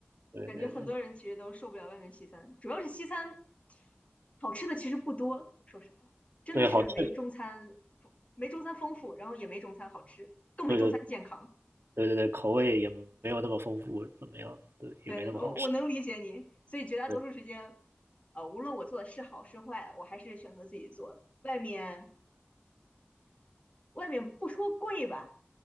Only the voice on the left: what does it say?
感觉很多人其实都受不了外面西餐，主要是西餐好吃的其实不多，说实话，真的是没中餐
没中餐丰富，然后也没中餐好吃，更没中餐健康。
对，
我我能理解你，所以绝大多数时间，
呃，无论我做的是好是坏，我还是选择自己做。外面外面不说贵吧，